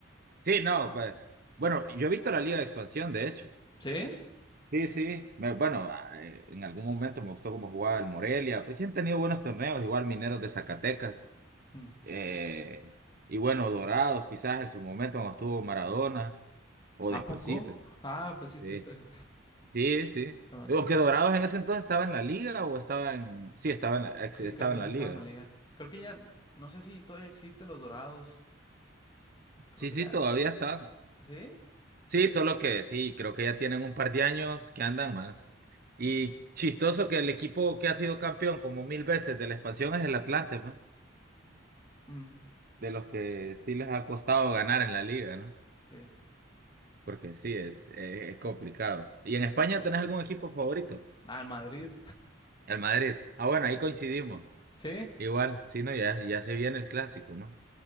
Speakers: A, on the right; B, on the left.
A: Sí, no, pues, bueno, yo he visto la liga de expansión, de hecho.
B: ¿Sí?
A: Sí, sí, me- bueno, a- eh, en algún momento me gustó cómo jugaba el Morelia, pues que han tenido buenos torneos, igual Mineros de Zacatecas.
B: Mm.
A: eh, y bueno, Dorados quizás en su momento cuando estuvo Maradona o
B: ¿A
A: despuesito.
B: poco? Ah, pues sí, es
A: Sí,
B: cierto. <laughs>
A: sí, sí.
B: No me acordé.
A: Digo que Dorados en ese entonces estaba en la liga o estaba en... Sí, estaba en la, ex-
B: Sí,
A: estaba
B: creo que
A: en
B: sí
A: la
B: estaba
A: liga.
B: en la liga. Creo que ya. No sé si todavía existe los Dorados. Creo
A: Sí,
B: que
A: sí,
B: ya.
A: todavía están.
B: ¿Sí?
A: Sí, solo que sí, creo que ya tienen un par de años que andan mal. Y
B: Mm,
A: chistoso que el equipo que ha sido campeón como mil veces de la expansión es el Atlante, man,
B: mm,
A: de los que sí les ha costado ganar en la liga, ¿no?
B: sí.
A: Porque sí, es, eh, es complicado. ¿Y en España tenés algún equipo favorito?
B: Ah, en Madrid.
A: El Madrid. Ah, bueno, ahí coincidimos.
B: <laughs> ¿Sí?
A: Igual, sí, no, ya, ya se viene el clásico, ¿no?